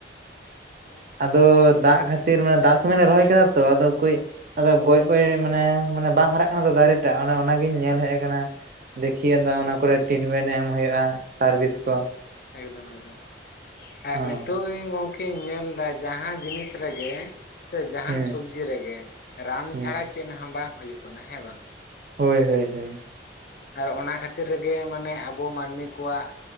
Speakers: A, on the left; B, on the right.
A: ᱚ
B: ᱟᱫᱚ ᱫᱟᱜ ᱠᱷᱟᱹᱛᱤᱨ ᱢᱟᱱᱮ ᱫᱟᱜ ᱥᱚᱢᱚᱭ ᱞᱮ ᱨᱚᱦᱚᱭ ᱠᱮᱫᱟ ᱛᱚ ᱟᱫᱚ ᱠᱩᱭᱤᱼᱼ ᱟᱫᱚ ᱜᱚᱡ ᱜᱚᱭ ᱢᱟᱱᱮ ᱢᱟᱱᱮ ᱵᱟᱝ ᱦᱟᱨᱟᱜ ᱠᱟᱱᱟ ᱛᱚ ᱫᱟᱨᱮ ᱴᱟᱜ ᱚᱱᱮ ᱚᱱᱟ ᱜᱤᱧ ᱧᱮᱞ ᱦᱮᱜ ᱟᱠᱟᱱᱟ, ᱫᱮᱠᱷᱤ ᱟᱸᱫᱚ ᱚᱱᱟ
A: ᱟᱪᱪᱷᱟ
B: ᱠᱚᱨᱮ ᱴᱤᱱᱢᱮᱱ ᱮᱢ ᱦᱩᱭᱩᱜᱼᱟ ᱥᱟᱨᱵᱤᱥ ᱠᱚ᱾
A: ᱮᱠᱫᱚᱢ ᱮᱠᱫᱚᱢ ᱟᱨ
B: ᱦᱚᱸ
A: ᱱᱤᱛᱚᱜ ᱜᱤᱝ ᱜᱚᱝᱠᱮᱼᱼ ᱤᱧ ᱧᱮᱞ ᱮᱫᱟ ᱡᱟᱦᱟᱸ ᱡᱤᱱᱤᱥ ᱨᱮᱜᱮ ᱥᱮ ᱡᱟᱦᱟᱸᱱ
B: ᱦᱩᱸ
A: ᱥᱩᱵᱽᱼᱼ ᱡᱤ ᱨᱮᱜᱮ ᱨᱟᱱ
B: ᱦᱩᱸ
A: ᱪᱷᱟᱲᱟ ᱪᱮᱫ ᱦᱚᱸ ᱵᱟᱝ ᱦᱩᱭᱩᱜ ᱠᱟᱱᱟ ᱦᱮᱸ ᱵᱟᱝ᱾
B: ᱦᱳᱭ ᱦᱳᱭ ᱦᱳᱭ᱾
A: ᱟᱨ ᱚᱱᱟ ᱠᱷᱟᱹᱛᱤᱨ ᱨᱮᱜᱮ ᱢᱟᱱᱮ ᱟᱵᱚ ᱢᱟᱹᱱᱢᱤ ᱠᱚᱣᱟᱜᱼᱼ